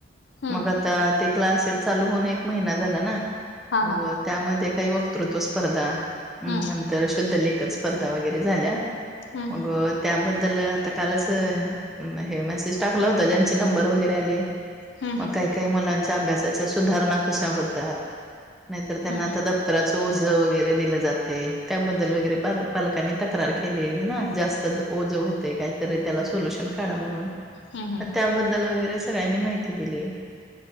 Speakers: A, on the left (about 70°); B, in the centre.
A: हम्म
B: म आ क्लास चालू हो एक महि झाला ना
A: हा
B: मग
A: हा
B: त्यामध्ये काही वक्तृत्व स्पर्धा नंतर
A: हम्म
B: शुद्धलेखन स्पर्धा वगैरे झाल्या.
A: हम्म
B: मगं
A: हम्म
B: त्याबद्दल आता कालच हे मेसेज टाकला होता ज्यांचे नंबर वगैरे आले.
A: हम्म
B: मग काही काही मुलांच्या अभ्यासाच्या सुधारणा कशा होतात नाहीतर
A: हम्म
B: त्यांना आ त्राच ओझं वगैरे दिलं जाते त्याबद्दल वगैरे पालकांनी तक्रार केली ना जास्त. ओ होत कातरी त्या सोलुशन काढ म्हणून
A: हम्म हम्म
B: त्याबद्दल वगरे. सगळ्यांनी माहिती दिली.